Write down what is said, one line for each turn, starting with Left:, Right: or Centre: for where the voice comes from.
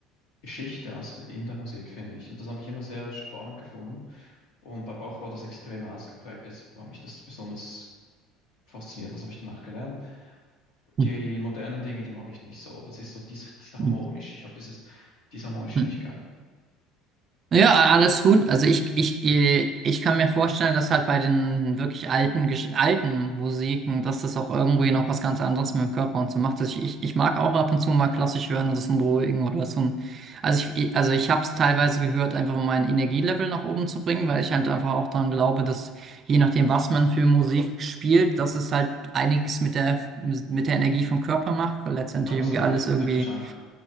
Left: Geschichte aus der, in der Musik, finde ich. Und das habe ich immer sehr spannend gefunden. Und bei Bach war das extrem ausgeprägt. Das war mich das besonders fasziniert. und Das habe ich danach gelernt.
Right: Mhm.
Left: Die modernen Dinge, die mag ich nicht so. Das ist so dies, dies harmonisch
Right: Mhm.
Left: Ich habe dieses disharmonische
Right: Mhm.
Left: nicht gern.
Right: Ja, alles gut. Also ich, ich, äh, ich kann mir vorstellen, dass halt bei den wirklich alten, Gesch- alten Musiken, dass das auch irgendwie noch was ganz anderes mit dem Körper und so macht. Also ich, ich, ich mag auch ab und zu mal klassisch hören, also zum Beruhigen oder zum. Also ich, ich- also ich habe es teilweise gehört, einfach um mein Energielevel nach oben zu bringen, weil ich halt einfach auch daran glaube, dass je nachdem, was man für Musik spielt, dass es halt einiges mit der, mit der Energie vom Körper macht, weil letztendlich
Left: Absolut.
Right: irgendwie alles irgendwie
Left: Denke ich auch.